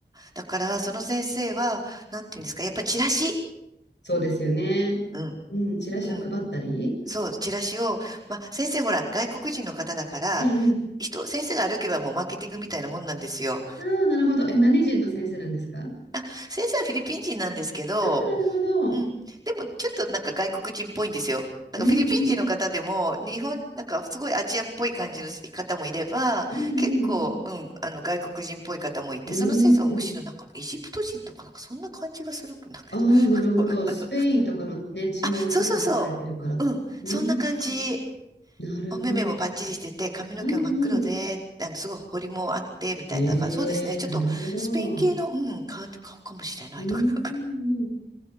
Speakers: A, on the right (about 20°); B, on the left (about 80°).
A: だから、その先生は、なんていうんですか、やっぱチラシ。
B: そうですよね。
A: うん。
B: うん。チラシを配ったり。
A: うん。そう、チラシを、まあ、先生ほら、外国人の方だから、
B: ええ。ええ
A: 人、先生が歩けばもうマーケティングみたいなもんなんですよ。
B: ああ、なるほど。え、何人の先生なんですか
A: あ、先生はフィリピン人なんですけど、
B: ああ、なるほど。
A: うん。でも、ちょっとなんか外国人っぽいんですよ。なんかフィリピン人の方でも、
B: うんうん。
A: 日本、なんかすごいアジアっぽい感じの方もいれば、
B: うんうんうんうん。
A: 結構、うん、あの外国人っぽい方もいて、
B: うーん。
A: その先生はむしろなんかエジプト人とかなんかそんな感じがするんだけど。
B: ああ、なるほど。スペインとかのね、
A: <laughs>
B: 血も濃く流れてるから。
A: あ、そうそうそう。うん、
B: うーん。
A: そんな感じ。
B: なるほど。
A: お目目もパッチリしてて、髪の毛も真っ黒で、
B: うんうん。
A: あの、すごい彫りもあって、みたいな。
B: ええ、
A: だからそうですね。ちょっと、
B: なるほど。
A: スペイン系の、
B: う
A: うん、顔、顔かもしれないとか、
B: ーん。
A: なんか。